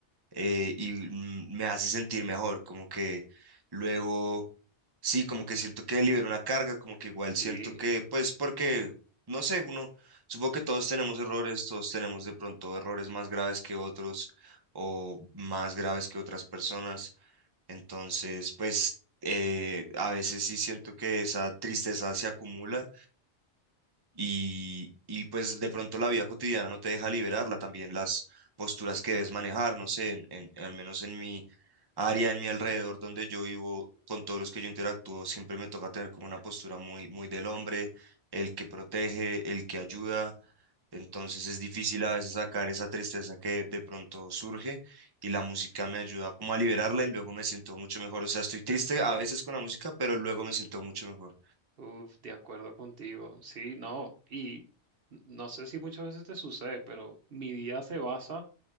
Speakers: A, on the right (about 25°); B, on the right (about 60°).
A: eh, y mm, me hace sentir mejor, como que luego, sí, como que siento que libero una carga, como que igual
B: Sí.
A: siento que, pues porque, no sé, uno, supongo que todos tenemos errores, todos tenemos de pronto errores más graves que otros o más graves que otras personas entonces, pues eh, a veces sí siento que esa tristeza se acumula y, y pues de pronto la vida cotidiana no te deja liberarla, también las posturas que debes manejar, no sé, en, en- al menos en mi área, en mi alrededor donde yo vivo, con todos los que yo interactúo, siempre me toca tener como una postura muy, muy del hombre, el que protege, el que ayuda entonces es difícil a veces sacar esa tristeza que de pronto surge y la música me ayuda como a liberarla y luego me siento mucho mejor. O sea, estoy triste a veces con la música, pero luego me siento mucho mejor.
B: Uf, de acuerdo contigo. Sí, no, y no sé si muchas veces te sucede, pero mi día se basa